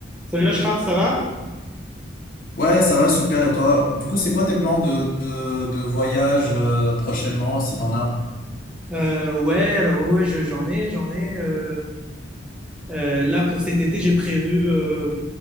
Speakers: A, in the centre; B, on the left.
A: Salut Ashraf, ça va?
B: Ouais, ça va, super. Et toi? Du coup, c'est quoi tes plans de, de, de voyage euh, prochainement, si t'en as?
A: Euh, ouais, alors ouais, je- j'en ai, j'en ai. euh, Euh, là, pour cet été, j'ai prévu, euh,